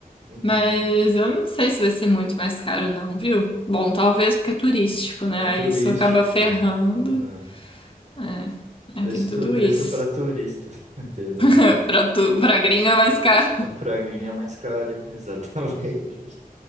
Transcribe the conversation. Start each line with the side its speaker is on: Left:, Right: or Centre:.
Right: Uhum.
Left: Mas eu não sei se vai ser muito mais caro, não, viu? Bom, talvez porque é turístico, né?
Right: É turístico,
Left: Aí isso acaba ferrando.
Right: né?
Left: É,
Right: Preço,
Left: aí tem tudo
Right: tu- preço
Left: isso.
Right: para turista, <laughs> entendeu?
Left: <laughs> Pra, tu, pra gringo é mais caro.
Right: Pra gringa é mais caro, <laughs> exatamente.